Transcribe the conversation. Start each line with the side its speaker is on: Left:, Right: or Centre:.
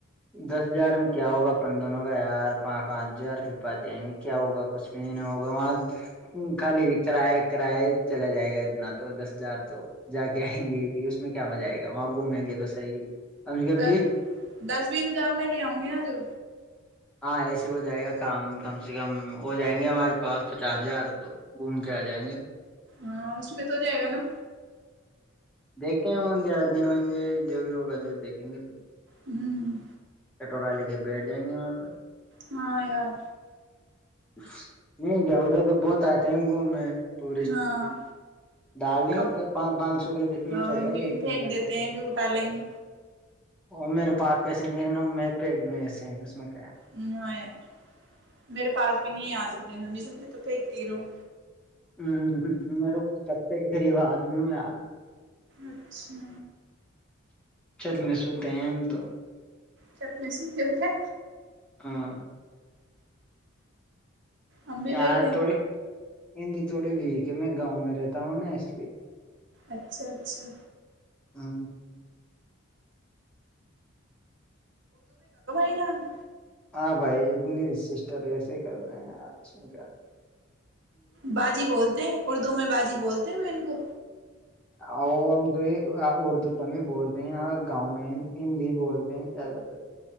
Centre: دس ہزار میں کیا ہوگا پند دونوں کا یار پ پانچ ہزار پ پاتے آئیں گے کیا ہوگا کچھ بھی ہوگا وہاں خالی بھی کرایہ کراائے چلا جائے گا اتنا تو دس ہزار تو جا کے آئیں گے کہ اس میں کیا مزہ آئے گا وہاں گھومیں گے تو صحیح کم سے کم
Right: دس
Centre: بیس
Right: دس میں ج میں لے آؤں گی نا جو
Centre: ہاں ایسے ہو جائے گا کام کم سے کم ہو جائیں گے ہمارے پاس پچاس ہزار تو گھوم کے آ جائیں گے پھر
Right: ہاں اس میں تو جائے گا نا
Centre: دیکھتے ہیں ہوں گے آ نہیں ہئیں گے جو بھی ہوگا جو دیکھیں گے پھر
Right: ہوں
Centre: کٹورا لے کے بیٹھ جائیں گے وہاں پہ
Right: ہاں ار
Centre: نہیں گیا ادھر تو بہت آتے ہیں گ میں ٹورسٹ
Right: ہاں
Centre: ڈال دیں
Right: کب
Centre: گے پانچ پانچ سو کے لتنے
Right: نہیں
Centre: ہو جائے گا ایک
Right: پھینک
Centre: دن گ
Right: دیتے
Centre: کر کے
Right: ہیں جو اٹھا لیں گے
Centre: وہ میرے پاس پیسے نہیں ہیں ن پ ایک د ایسے ہیں اس میں کیا ہے۔
Right: ہ ار میرے پاس نہیں یادنے تو پہ تروں
Centre: ہ ہ میر تو کتے گغریب آدمی یار
Right: اچھا
Centre: اچ چھت میں سوتے ہیں ہم تو
Right: چٹ میں سوتی ہو کیا
Centre: ہاں
Right: ابی
Centre: یار
Right: بیٹے
Centre: تھوڑی ہندی تھوڑی ویک ہے میں گاؤں میں رہتا ہوں نا اس لیے
Right: اچھا اچھا
Centre: ہ ہ
Right: ایرن
Centre: ہاں بھائی ا سسٹر ایسے ہی کر رہے ہیں آپ سن کا
Right: باازی بولتے ہیں اردو میں باازی بولتے ہیں ب ان کو
Centre: اور ہم تو اردو کا بھی بول رہے ہیں گاؤں میں ہندی بول رہے ہیں زیادہ تر